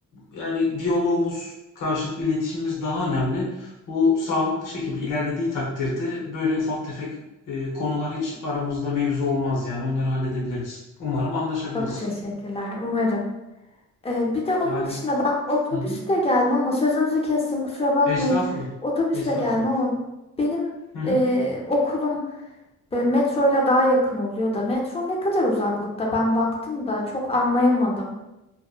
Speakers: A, on the left; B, on the left.
A: yani diyalogumuz, karşılıklı iletişimimiz daha önemli. Bu sağlıklı şekilde ilerlediği takdirde böyle ufak tefek eee, konular hiç aramızda mevzu olmaz yani onları halledebiliriz. Umarım anlaşabiliriz.
B: Çok teşekkürler. Umarım. E, bir de onun
A: Yani
B: dışında ben otobüsle
A: hı hı.
B: gelmem ama sözünüzü kestim kusura bakmayın.
A: Estağfurullah.
B: Otobüsle
A: Estağfurullah.
B: gelmem ama benim
A: Hı hı.
B: e, okulum E, metroyla daha yakın oluyor da metro ne kadar uzaklıkta? Ben baktım da çok anlayamadım.